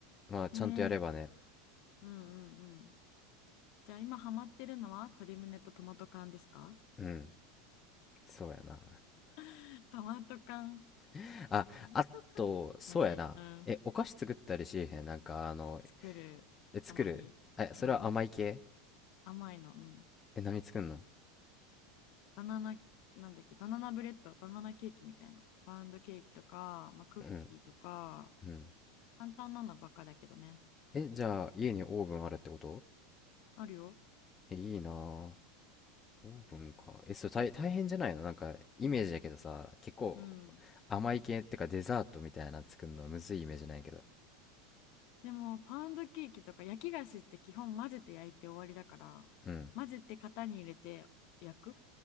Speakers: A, on the left; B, on the left.
A: まあちゃんとやればね
B: ねえうんうんうん。じゃあ今ハマってるのは鶏胸とトマト缶ですか
A: うんそうやな
B: <laughs> トマト缶。
A: <laughs> ああとそうやなえお菓子作ったりしへんなんかあの
B: トマト缶何うん。作る。
A: え作るえそれは甘い系
B: たまに。うん。甘いの。うん。
A: え何作んの
B: バナナ、なんだっけ、バナナブレッド、バナナケーキみたいな。パウンドケーキとか、まあ、クッキーとか、
A: うんうん
B: 簡単なのばっかだけどね。
A: えじゃあ家にオーブンあるってこと
B: あるよ。
A: えいいなあオーブンかえそう大、大変じゃないのなんかイメージだけどさ結構
B: うん。
A: 甘い系ってかデザートみたいな作るのむずいイメージないけど
B: でも、パウンドケーキとか焼き菓子って基本混ぜて焼いて終わりだから、
A: うん
B: 混ぜて型に入れて焼く